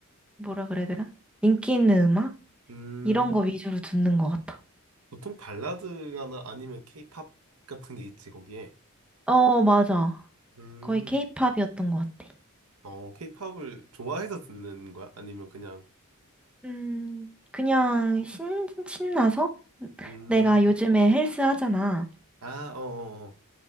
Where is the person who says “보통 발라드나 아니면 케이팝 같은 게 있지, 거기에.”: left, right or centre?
Right